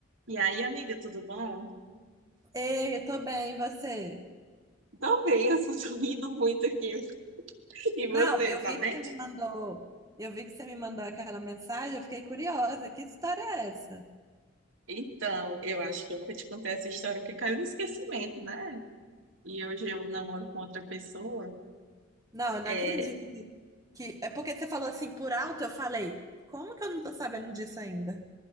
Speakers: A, on the right (about 75°); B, on the right (about 20°).
A: E aí, amiga, tudo bom?
B: Ei, eu tô bem, e você?
A: Tô bem, eu só tô <laughs> rindo muito aqui. <laughs> E você,
B: Não, eu
A: tá
B: vi
A: bem?
B: que você me mandou, eu vi que você me mandou aquela mensagem, eu fiquei curiosa, que história é essa?
A: Então, eu acho que eu nunca te contei essa história porque caiu no esquecimento, né? E hoje eu namoro com outra pessoa.
B: Não, eu não
A: É,
B: acredito que, que... É porque você falou assim, por alto, eu falei, como que eu não tô sabendo disso ainda?